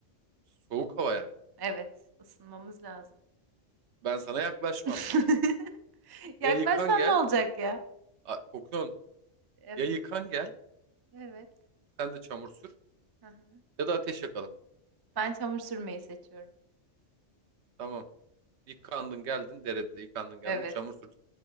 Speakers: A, on the right (about 70°); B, on the right (about 35°).
A: soğuk hava yani.
B: Evet, ısınmamız lazım.
A: Ben sana yaklaşmam.
B: <laughs> Yaklaşsan
A: Ya yıkan gel,
B: ne olacak ya?
A: a- kokuyorsun
B: Evet,
A: Ya yıkan gel,
B: evet.
A: sen de çamur sür
B: Hı hı.
A: ya da ateş yakalım.
B: Ben çamur sürmeyi seçiyorum.
A: Tamam. Yıkandın geldin derede yıkandın geldin
B: Evet.
A: çamur sürdün.